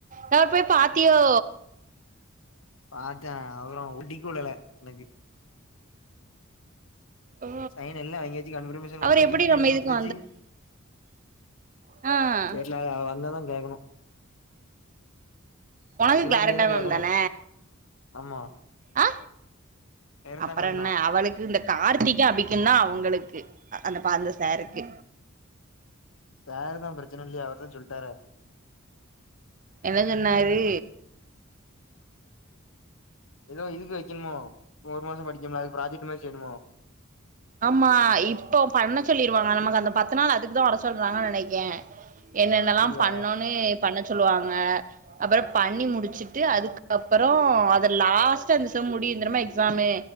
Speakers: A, on the right; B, on the left.
A: அவர போய் பாத்தியோ
B: பாத்தே அதலா ஒட்டிகுள்ளல எனக்கு
A: ஓ
B: சைன் எல்லா வாங்கியாச்சி கான்ட்ரிபூயூசன் குடுத்தாச்சி
A: அவர் எப்படி
B: டிக்லேசன்
A: நம்ம இதுக்கு
B: குடுத்தாச்சி
A: அ
B: வீட்ல அவ அவ வந்தா தா கேக்கணு
A: ஒனக்கு
B: இருவதாந்தேதி
A: கிளாரண்டா
B: தா
A: மேம்
B: கேக்கணு
A: தான
B: ஆமா
A: ஆ
B: சைலந்தா
A: அப்பறென்ன
B: மேம் தா
A: அவளுக்கு இந்த கார்த்திகு அபிக்குந்தா அவங்களுக்கு அந்த பா அந்த சாருக்கு
B: சார் தா பிரச்சனை ஒன்னு இல்லையே அவருட்ட தா சொல்டாரே
A: என்னஞ்சொன்னாரு
B: ஏதோ இதுக்கு வைக்கணுமோ இப்ப ஒரு மாசம் படிக்கம்ல அதுக் ப்ராஜெக்ட் மாரி செய்யணுமோ
A: ஆமா இப்போ பண்ண சொல்லிருவாங்க நமக்கு அந்த பத்து நாள் அதுக்குதா வர சொல்றாங்க நெனைக்கே என்னென்னல்லா
B: அப்டியா
A: பண்ணோனு பண்ண சொல்லுவாங்க அப்பற பண்ணி முடிச்சுட்டு அதுக்கப்பற அத லாஸ்ட்டா அந்த செம் முடியு தெரியுமா எக்ஸாமு